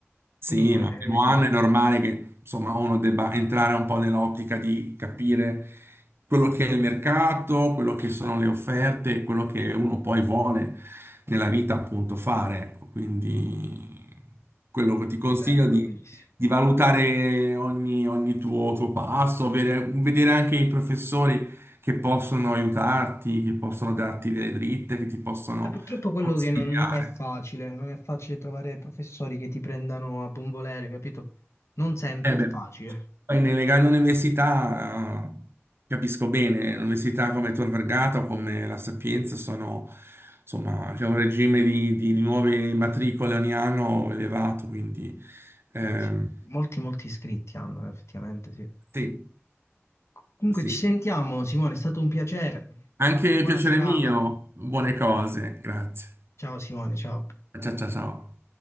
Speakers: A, on the right; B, on the left.
A: Sì,
B: Comunque,
A: ma
B: eh,
A: il primo anno è normale che insomma uno debba entrare un po' nell'ottica di capire quello che è il mercato, quello che sono le offerte, quello che uno poi vuole nella vita appunto fare. Ecco, quindi quello che ti consiglio
B: Vabbè, va
A: di,
B: benissimo.
A: di valutare ogni, ogni tuo, tuo passo, avere- vedere anche i professori che possono aiutarti, che possono darti delle dritte, che ti possono
B: Eh, Purtroppo quello
A: consigliare.
B: che non, non è facile, non è facile trovare professori che ti prendano a buon volere, capito? Non sempre
A: Eh beh,
B: è facile.
A: poi nelle grandi università, eh, capisco bene, università come Tor Vergata o come La Sapienza sono, insomma, c'è un regime di, di- di nuove matricole ogni anno elevato, quindi ehm,
B: Eh, sì. Molti, molti iscritti hanno, eh, effettivamente, sì.
A: sì,
B: Comunque
A: sì.
B: ci sentiamo, Simone, è stato un piacere.
A: Anche
B: Buona
A: piacere
B: serata.
A: mio, buone cose, grazie.
B: Ciao Simone, ciao.
A: Ciao ciao ciao.